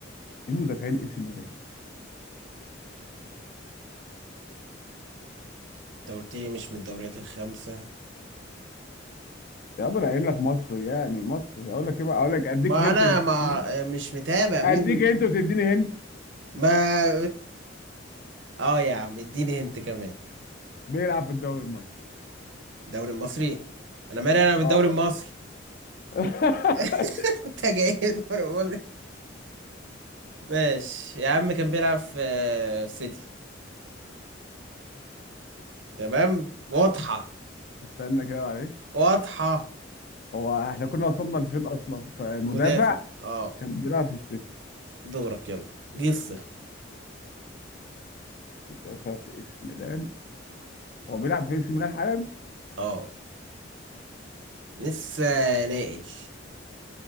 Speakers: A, on the left; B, on the right.
A: ايه مدافعين اسم ميلان؟
B: انت قلت لي مش من الدوريات الخمسة
A: يا عم انا قايل لك مصر يعني مصر اقول لك ايه بقى اقول لك اديك
B: ما
A: هنت
B: انا
A: وتديني
B: ما
A: هنت
B: مش متابع مين
A: اديك هنت وتديني هنت
B: ما اه يا عم اديني هنت كمان
A: بيلعب في الدوري المصري
B: الدوري المصري انا مالي انا بالدوري
A: اه
B: المصري
A: <laughs>
B: <laughs> انت جاي من الدوري المصري ماشي يا عم كان بيلعب في آه، سيتي تمام واضحة
A: استنى كده معلش
B: واضحة
A: هو احنا كنا وصلنا لفين اصلا ك- مدافع
B: مدافع اه
A: كان بيلعب في السيتي
B: دورك يلا جس
A: مدافع في اي سي ميلان هو بيلعب في اي سي ميلان حالا
B: اه لسه نائل